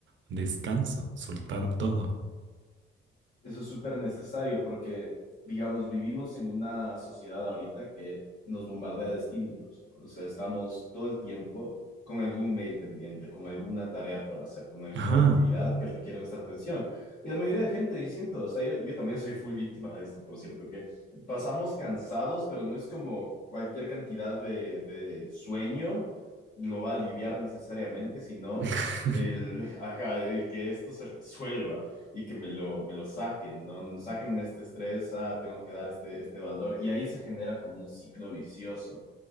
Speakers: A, on the right; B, on the left.
A: descanso, soltar todo.
B: Eso es súper necesario porque, digamos, vivimos en una sociedad ahorita que nos bombardea de estímulos, ¿no? O sea, estamos todo el tiempo con algún mail pendiente, con alguna tarea por hacer, con alguna
A: Ajá.
B: actividad que requiere nuestra atención. Y la mayoría de gente, yo siento, o sea, yo, yo también soy full víctima de esto, por cierto, que pasamos cansados, pero no es como cualquier cantidad de, de sueño lo va a aliviar necesariamente, sino
A: <laughs>
B: el, <laughs> ajá, el que esto se resuelva y que me lo, me lo saquen, ¿no? Saquen este estrés, ah, tengo que dar este, este valor y ahí se genera como un ciclo vicioso.